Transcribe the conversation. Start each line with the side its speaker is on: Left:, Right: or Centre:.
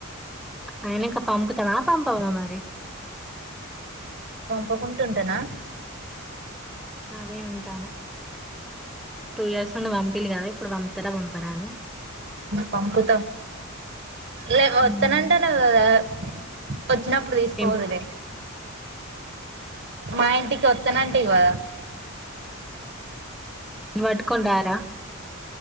Centre: అయన ఇంకా పాంపుతవా పాంపవ మరి
Right: పోకుంటుంటనా
Centre: అదే ఉంటాను టూ ఇయర్స్ నుండి పంపిలి కదా ఇప్పుడు పంపుతారా పంపరాా అని
Right: పంపుతా లే వత్తనంట
Centre: హ్మ్.
Right: నవు నా కదా వచ్చినప్పుడు తీసుపోదులే
Centre: ఇం
Right: మా ఇంటికి వస్తనంటే కదా
Centre: <unintelligible>